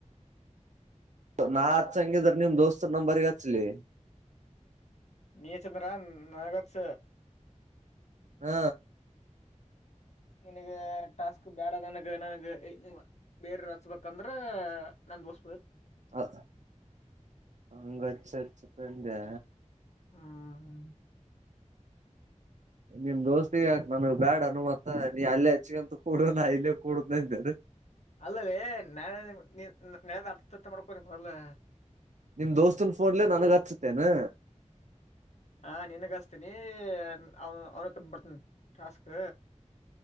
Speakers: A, on the right; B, on the left.
A: ನಾ ಹಚ್ಚಂಗಿದ್ರ ನಿಮ್ ದೋಸ್ತನ್ ನಂಬರ್ಗ ಹಚ್ಚಲಿ
B: ನೀ ಹಚ್ಚಿದ್ರ ನನಗ್ ಹಚ್ಚ
A: ಹ
B: ನಿನಗ ಟಾಸ್ಕ್ ಬೇಡ ನನಗ ನನಗ ಬೇರೆ ಹಚ್ಬೇಕಂದ್ರ ನನ್ ದೋಸ್
A: ಅ ಹಂಗಚ್ಚಚ್ಚತ್ದ
B: ಹ್ಮ್
A: ನಿಮ್ ದೋಸ್ತಿಗ ನನ್ಗ್ ಬ್ಯಾಡ್ ಹನುಮಂತ ನೀ ಅಲ್ಲೇ ಹಚ್ಚಗಂತು ಕೂಡ ನ ಇಲ್ಲೇ ಕೂಡುದನ ಅಂದೆನ
B: ಅಲ್ಲಲೇ ನಾಳೆ ನಿಮಗ ನಾ ನೀ ಅರ್ಥ ಅಥ ಮಾಡ್ಕೊ ನೀ ಮೊದಲ
A: ನಿಮ್ ದೋಸ್ತನ್ ಫೋನ್ ಲೇ ನನಗ ಹಚ್ಚುತ್ತೇನೆ
B: ಹ ನಿನಗ ಹಚತ್ತೀನಿ ಅವನು ಅವ್ನ ಕಬಡ್ತನಿ ಟಾಸ್ಕ್